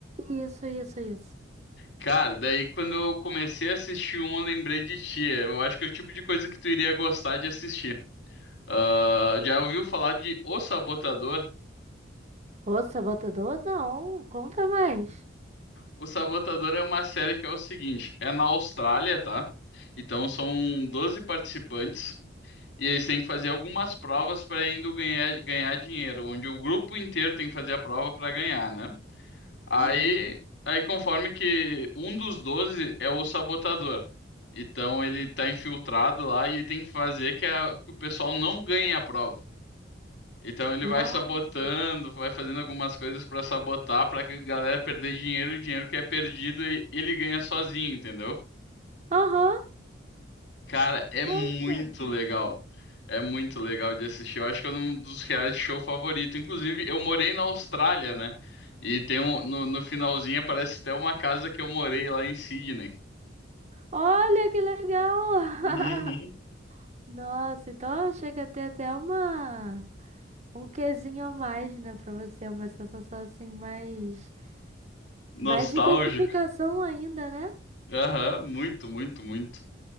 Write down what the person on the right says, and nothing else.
Isso, isso, isso.
Ô, sabotador? Não, conta mais.
Uhum.
Nossa.
Aham,
nossa.
Olha que legal.
<laughs> Nossa, então chega a ter até uma... Um quezinho a mais, né, pra você. Uma sensação assim, mais... Mais
de identificação ainda, né?